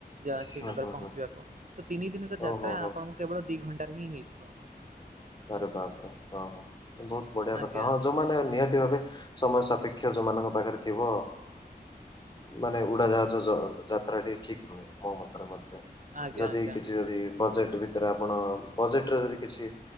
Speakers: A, on the right (about 50°); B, on the left (about 25°).
A: ଯଆ ଶ୍ରୀନଗର
B: ହଁ ହଁ
A: ରେ ପହଞ୍ଚିବାକୁ।
B: ହଁ
A: ତ ତିନି ଦିନର ଯାତ୍ରା
B: ଓହୋ ହୋ
A: ଆପଣଙ୍କୁ କେବଳ ଦି ଘଣ୍ଟାରେ ହିଁ ହେଇଯିବ।
B: ଆରେ ବାପରେ ହଁ ହଁ ବହୁତ୍ ବଢିଆ
A: ଆଜ୍ଞା
B: କଥା। ହଁ ଯୋଉ ମାନେ ନିହାତି ଭାବେ ସମୟ ସାପେକ୍ଷ୍ୟା ଯୋଉମାନଙ୍କ ପାଖେରେ ଥିବ। ମାନେ ଉଡ଼ାଜାହାଜ ଜ ଯାତ୍ରା ଟି ଠିକ୍ ନୁହଁ, ମୋ ମତରେ ମଧ୍ୟ।
A: ଆଜ୍ଞା
B: ଯଦି
A: ଆଜ୍ଞା ଆଜ୍ଞା
B: କିଛି ଯଦି ବଜେକ୍ଟ ଭିତରେ ଆପଣ ବଜେଟ୍ ରେ ଯଦି କିଛି